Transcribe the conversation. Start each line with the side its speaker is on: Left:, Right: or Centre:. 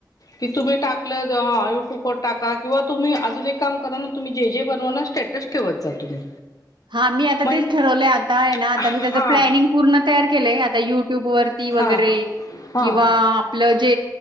Left: कि तुम्ही टाकलं ह युट्युब वर टाका किंवा तुम्ही अजून एक काम करा ना तुम्ही जे जे बनवा ना स्टॅटस ठेवत जा तुम्ही.
Right: हा मी आता
Left: पण
Right: तेच ठरवलंय आता आहे ना आता
Left: हा
Right: मी त्याचं प्लॅनिंग पूर्ण तयार केलंय आता युट्यूब वरती वगैरे.
Left: हा हा
Right: किंवा आपलं जे